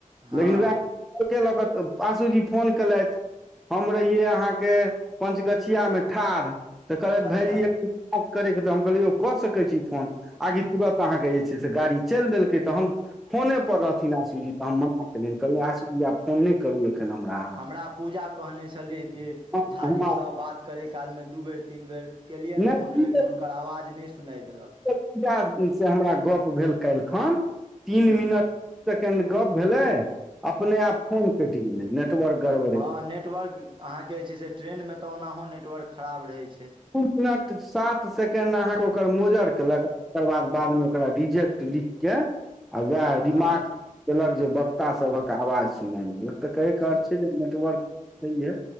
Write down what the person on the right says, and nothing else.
हँ
अच्छा
हमरा पूजा कहने छलीह जे
झााजीसँ
बात करय काल मे दू बेर तीन बेर केलियन
फोन लेकिन हुनकर आवाज नहि नहि देलक
हूँ
हँ नेटवर्क अहाँके जे छै से ट्रेनमे तऽ ओनाहो नेटवर्क खराब रहै छै
हँ